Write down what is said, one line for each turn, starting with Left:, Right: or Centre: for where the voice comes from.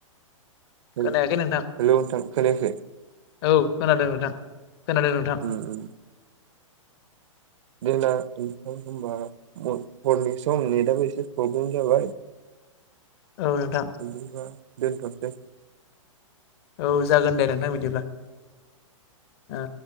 Right: हेलौ
Left: खोनायाखै नोंथां
Right: नोंथां खोनायाखै।
Left: औ खोनादों नोंथां खोनादों नोंथां।
Right: उम उम देना नोंथां होनबा हरनि सम नेटआो एसे प्रब्लेम जाबाय।
Left: औ नोंथां
Right: बिदिबा दोनथ'नोसै।
Left: औ जागोन दे नोंथां बिदिब्ला। ओ